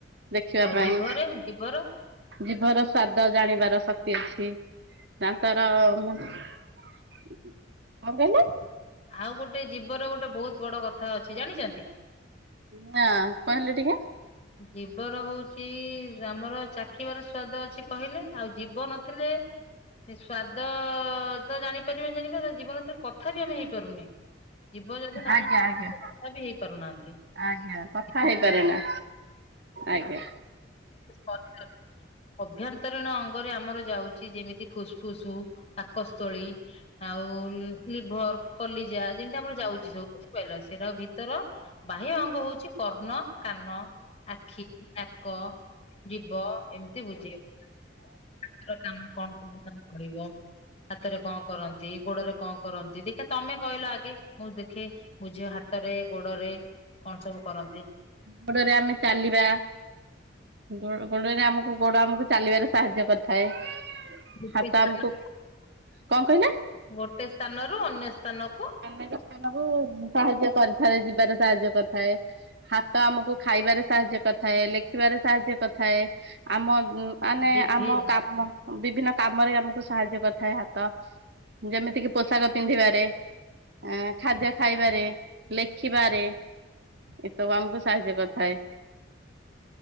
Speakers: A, on the right; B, on the left.
A: ଦେଖିବା
B: ଆଉ
A: ପାଇଁ
B: ଜିଭରେ ଜିଭର
A: ଜୀଭର ସ୍ଵାଦ ଜାଣିବାର ଶକ୍ତି। ଅଛି। ଦାନ୍ତର କଣ୍ କହିଲେ?
B: ଆଉ ଗୋଟେ ଜୀବର ଗୋଟେ ବହୁତ ବଡ କଥା ଅଛି, ଜାଣିଛନ୍ତି?
A: ହ ହଁ କହିଲେ ଟିକେ।
B: ଜିବର ହଉଚି ଆମର ଚାଖିବାର ସ୍ଵାଦ ଅଛି କହିଲେ। ଆଉ ଜିଭ ନ ଥିଲେ। ସେ ସ୍ଵାଦ ତ ଜାଣିପାରିବାନି ଜାଣିପାରିବନି ଜୀବ ନ ଥିଲେ କଥା ବି ଆମେ ହେଇପାରୁନେ। ଜୀବ ଯଦି ନାହିଁ
A: ଆଜ୍ଞା ଆଜ୍ଞା
B: କଥା ବି ହେଇପାରୁନାହାନ୍ତି।
A: ଆଜ୍ଞା କଥା
B: ଦେହକୁ
A: ହେଇ। ପାରେ
B: ବୁଝେ
A: ନା ଆଜ୍ଞ।
B: ଶରୀର ଅଭ୍ୟନ୍ତରୀଣ ଅଙ୍ଗରେ ଆମର ଯାଉଛି ଯେମିତି ଫୁସଫୁସ୍, ପାକସ୍ଥଳୀ ଆଉ ଲିଭର କଲିଜା। ଯେମିତି ଆମର ଯାଉଛି ସବୁ ବୁଝି ପାରିଲ ସେଇଟା ଭିତର। ବାହ୍ୟ ଅଙ୍ଗ ହଉଛି କର୍ଣ୍ଣ। କାନ ଆଖି, ନାକ, ଜିଭ ଏମିତି ବୁଝେଇବ। ଠାକୁର କାମ କଣ କରିବ ତମେ କହିବ? ହାତରେ କଣ କରନ୍ତି? ଗୋଡରେ କଣ କରନ୍ତି? ଦେଖିଆ ତମେ କହିଲ ଆଗେ ମୁଁ ଦେଖେ ବୁଝେଇବ ହାତରେ ଗୋଡରେ କଣ ସବୁ କରନ୍ତି?
A: ଗୋଡରେ ଆମେ ଚାଲିବା ଗୋ-ଗୋଡରେ ଆମୁ କୁ ଗୋଡ ଆମକୁ ଚାଲିବାରେ ସାହାଯ୍ୟ କରିଥାଏ।
B: ଗୋଟେ
A: ହାତ
B: ସ୍ଥାନରୁ,
A: ଆମକୁ କଣ କହିଲେ?
B: ଗୋଟେ ସ୍ଥାନରୁ ଅନ୍ୟ ସ୍ଥାନ
A: ଆମେ ବି ସେମାଙ୍କୁ ସାହାଯ୍ୟ କରିଥାଏ ଯିବାର ସାହାଯ୍ୟ କରିଥାଏ, ହାତ ଆମକୁ ଖାଇବାରେ ସାହାଯ୍ୟ କରିଥାଏ, ଲେଖିବାରେ ସାହାଯ୍ୟ କରିଥାଏ, ଆମ ଉଁ ମାନେ
B: ବିଭି
A: ଆମ କାମ ବିଭିନ୍ନ କାମରେ ଆମକୁ ସାହାଯ୍ୟ କରିଥାଏ ହାତ ଯେମିତିକି ପୋଷାକ ପିନ୍ଧିବାରେ ଆ ଖାଦ୍ୟ ଖାଇବାରେ, ଲେଖିବାରେ ଏସବୁ ଆମକୁ ସାହାଯ୍ୟ କରିଥାଏ।